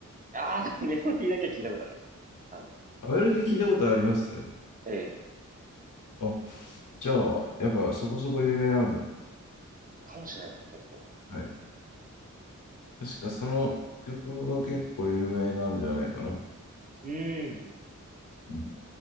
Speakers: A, on the right; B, on the left.
A: ああ、でもメロディーだけは聞いたことあります。多分。
B: アベルで聞いたことあります
A: ええ、
B: あ、じゃあ、やっぱそこそこ有名なんだ。
A: かもしれないですね、結構。
B: はい。確かその曲が結構有名なんじゃないかな。
A: うんうんうん。
B: うん